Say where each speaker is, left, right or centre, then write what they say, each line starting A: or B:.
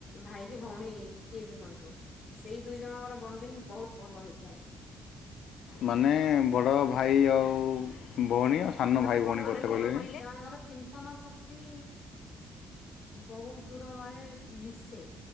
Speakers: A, on the left; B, on the left.
A: ଭାଇ କି ଭଉଣୀ କିଏ ବି ହୁଅନ୍ତୁ। ସେଇ ଦୁଇ ଜଣଙ୍କର ବଣ୍ଡିଙ୍ଗ ବହୁତ ଭଲ ହେଇଥାଏ।
B: ମାନେ ବଡ଼ ଭାଇ ଆଉ ଭଉଣୀ ସାନ
A: ମାନେ
B: ଭାଇ
A: କଣ
B: ଭଉଣୀ କଥା
A: କହିଲେ
B: କହିଲେନି
A: ସେମାନଙ୍କର ଚିନ୍ତନ ଶକ୍ତି ବହୁତ ଦୂର ମାନେ ମିଶେ।